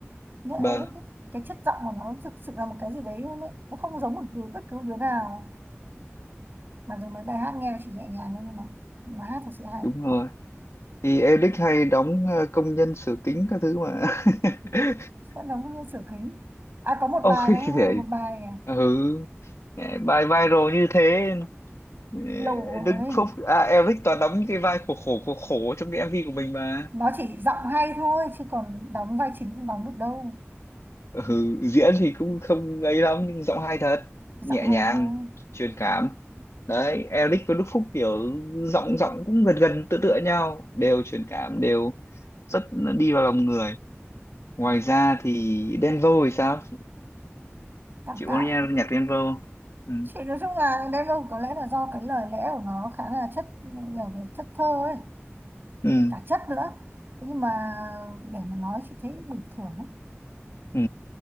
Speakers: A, on the right; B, on the left.
A: Nhớ Eric
B: vâng
A: ấy, cái chất giọng của nó thực sự là một cái gì đấy luôn ấy. Nó không giống một đứa bất cứ đứa nào mà dù mấy bài hát nghe chỉ nhẹ nhàng thôi nhưng mà, mà hát thật sự hay
B: đúng rồi thì Eric hay đóng ờ, công nhân sửa kính các thứ mà <laughs>
A: sẽ đóng như sửa kính à có một
B: ôi
A: bài nó
B: <laughs> để
A: một bài này,
B: ừ bài viral như thế Ừ,
A: lầu
B: Đức
A: ấy
B: Phúc à, Eric toàn đóng những cái vai khổ khổ khổ khổ trong cái MV của mình mà
A: nó chỉ giọng hay thôi chứ còn đóng vai chính không đóng được đâu
B: ừ, diễn thì cũng không ấy lắm nhưng giọng hay thật nhẹ
A: giọng hay
B: nhàng
A: thôi
B: truyền cảm đấy Eric và Đức Phúc kiểu giọng giọng cũng gần gần tựa tựa nhau đều truyền cảm đều rất đi vào lòng người ngoài ra thì Denvo thì sao
A: tạm
B: chị
A: tạm
B: có nghe nhạc Denvo ừ.
A: chị nói chung là đêm có lẽ là do cái lời lẽ của nó khá là chất nhiều cái chất thơ ấy
B: Ừ.
A: cả chất nữa Thế nhưng mà để mà nói chị thấy bình thường lắm.
B: Ừ.